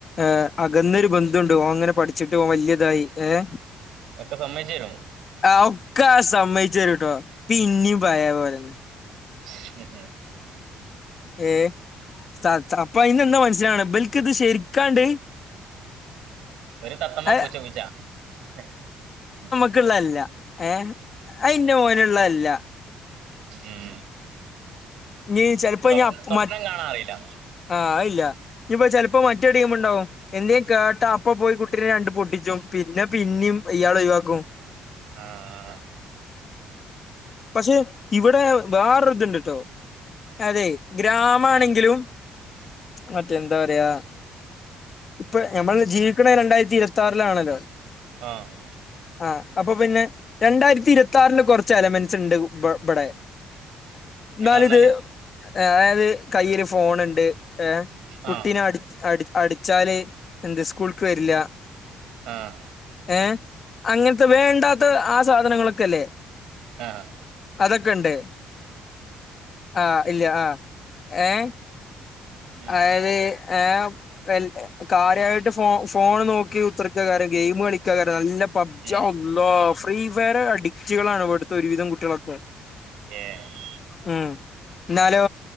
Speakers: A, on the left (about 35°); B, on the right (about 80°).
A: ഏഹ് അകന്നൊരു ബന്ധുണ്ട് ഓങ്ങനെ പഠിച്ചിട്ട് ഓൻ വല്യ ഇതായി ഏഹ്
B: ഒക്കെ സമ്മയിച്ചേരും
A: ആ ഒക്കെ ആ സമ്മയിച്ചെരുട്ടോ പിന്നിം പയെ പോലെന്നെ
B: ഉം ഉം
A: ഏഹ് സത്ര അപ്പ അയിന്നെന്താ മനസ്സിലാവണത് ഇബൽക്ക് ഇത് ശരിക്കാണ്ട്
B: ഇവര് തത്തമ്മ
A: അത്
B: പൂച്ച പൂച്ച ഏഹ് ഉം
A: ഇക്ക്ള്ള അല്ല ഏഹ് ആയ് ഇന്റെ മോന്ള്ള അല്ല
B: ഉം
A: നീ ചലപ്പോ
B: സ്വപ്ന
A: ഇനി അപ്പ്
B: സ്വപ്നം
A: മ
B: കാണാൻ അറിയില്ല
A: ആഹ് ഇല്ല ഇനിപ്പ ചിലപ്പോ മറ്റേ ടിം ഉണ്ടാവും എന്തേലും കേട്ടാ അപ്പ പോയി കു ട്ടിനെ രണ്ട് പൊട്ടിച്ചും പിന്നെ പിന്നെയും ഇയാൾ ഒഴിവാക്കും
B: ആഹ് ആഹ്
A: പക്ഷെ ഇവിടെ വേറൊതിട്ണ്ടോ അതെ ഗ്രാമാണെങ്കിലും
B: ഉം
A: മറ്റേ എന്താ പറയാ ഇപ്പൊ നമ്മൾ ജീവിക്കണ രണ്ടായിരത്തി ഇരുപ ത്താറിലാണല്ലോ
B: ആഹ്
A: ആഹ് അപ്പൊ പിന്നെ രണ്ടായിരത്തി ഇരുപതാറില് കുറച്ച് എലമെൻ സ്ണ്ട് ഇവ ഇവിടെ
B: ഇങ്ങനെ
A: എന്നാലിത്
B: പറഞ്ഞാല്
A: അതായത് കയ്യിൽ ഫോണുണ്ട് ഏഹ് കുട്ടീനെ
B: ആ
A: അടി അടി അടിച്ചാല് എന്ത് സ്കൂൾക്ക് വരില്ല
B: ആഹ്
A: ഏഹ് അങ്ങനത്തെ വേണ്ടാത്ത ആ സാധനങ്ങളൊക്കെ അല്ലേ
B: ആഹ് ആഹ്
A: അതൊക്കെണ്ട് ആഹ് ഇല്ല ആഹ് ഏഹ്
B: ഉം
A: അതായത് ഏഹ് കാൽത് കാര്യയിട്ട് ഫോ ഫോൺ നോക്കി കുത്തർക്കാകാരം ഗെയിം കളിക്കാ കാരണം നല്ല പബ്ജിയ
B: ഉം
A: ഉല്ലോ ഫ്രീ ഫയർ അഡിക്റ്റുകളാണ് ഇവിടുത്തെ ഒരുവിധം കുട്ടികളൊക്കെ
B: ഏഹ
A: ഉം എന്നാലോ